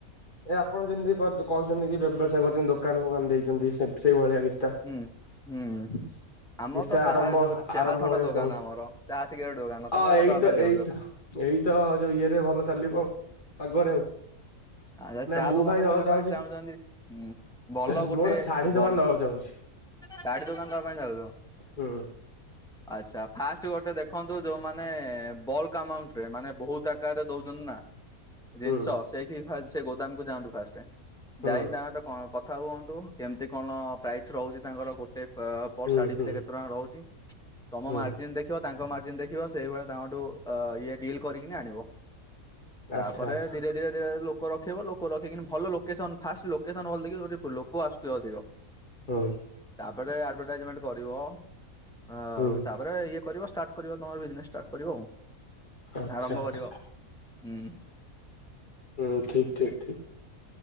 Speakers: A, on the left; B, in the centre.
A: ଏ ଆପଣ ଯେମିତି କହୁଛନ୍ତି, କି ବ୍ୟବସାୟ କରଛନ୍ତି ଦୋକାନ ଫୋକାନ ଦେଇଛନ୍ତି ସେଇଭଳିଆ କି।
B: ହୁଁ ହୁଁ
A: <unintelligible>
B: ଆମର ତ ଚାହା
A: ଆରମ୍ଭ
B: ଯୋଉ
A: ଆରମ୍ଭ
B: ଚାହା ଥଣ୍ଡା
A: କରିବାକୁ
B: ଦୋକାନ
A: ଚାହୁଁଛୁ।
B: ଆମର ଚାହା ସିଗାରେଟ ଦୋକାନ
A: ଅ
B: ତମେ କଣ
A: ଏଇତ
B: ଦବା ପାଇଁ ଚାହୁଁଛ?
A: ଏଇତ, ଏଇତ ଯୋଉ ଇଏରେ ଭଲ ଚାଲିବ ପଗରେ। ଆଉ
B: ଆ
A: ନା
B: ଚା
A: ମୁଁ
B: ଦୋକାନ
A: ଭାଇ
B: କରିବା
A: ଚାହୁଁଛି
B: ପାଇଁ ଚାହୁଁଛନ୍ତି, ଭଲ
A: ମୁଁ
B: ଗୋଟେ
A: ଶାଢୀ ଦୋକାନ
B: ଭଲ
A: ଦବାକୁ ଚାହୁଁଛି।
B: ଶାଢୀ ଦୋକାନ ଦବା ପାଇଁ ଯାଉଛ।
A: ହୁଁ,
B: ଆଚ୍ଛା ଫାଷ୍ଟ ଗୋଟେ ଦେଖନ୍ତୁ। ଯୋଉମାନୋନ ବଲକ ଆମାଉଣ୍ଟରେ ମାନେ, ବହୁତ ଆକାରରେ ଦଉଛନ୍ତି ନା ଜିନିଷ
A: ହୁଁ
B: ସେଇଠି ଫାଷ୍ଟ ସେ ଗୋଦାମକୁ ଯାଆନ୍ତୁ ଫାଷ୍ଟରେ,
A: ହୁଁ
B: ଯାଇନି ତାଙ୍କ ତଙ୍କ କ କଥା ହୁଅନ୍ତୁ କେମିତି କଣ ପ୍ରାଇସ୍ ରହୁଛି ତାଙ୍କର ଗୋଟେ ପରଶାଢୀ
A: ହୁଁ ହୁଁ
B: ପିଛା କେତେ ଟଙ୍କା ରହୁଛି ତମ
A: ହୁଁ
B: ମାର୍ଜିିନ୍ ଦେଖ ତାଙ୍କ ମାର୍ଜିନ୍ ଦେଖିବ ସେଇଭଳି ତାଙ୍କଠୁ ଇଏ ଡିଲ୍ କରିକିନି ଆଣିବ ତାପରେ
A: ଆଚ୍ଛା ଆଚ୍ଛା
B: ଧୀରେ ଧୀରେ ଧୀରେରେ ଲୋକ ଲୋକ ରଖେଇବ ଲୋକ ରଖିବ ଭଲ ଲୋକେସନ୍ ଫାଷ୍ଟ ଲୋକେସନ୍ ଭଲ ଗୋଟେ ଲୋକ ଆସୁଥିବେ ଅଧିକ
A: ହୁଁ
B: ତାପରେ ଆଡଭାଇଟାଇଜିମେଣ୍ଟ କରିବ ତା
A: ହୁଁ
B: ତାପରେ ଇଏ କରିବ ଷ୍ଟାର୍ଟ କରିବ ତମର ବିଜେନେସ୍ ଷ୍ଟାର୍ଟ କରିବ ଆଉ
A: ଆଚ୍ଛା
B: ଆରମ୍ଭ
A: ଆଚ୍ଛା
B: କରିବ ହୁଁ
A: ହୁଁ ଠିକ୍ ଠିକ୍ ଠିକ୍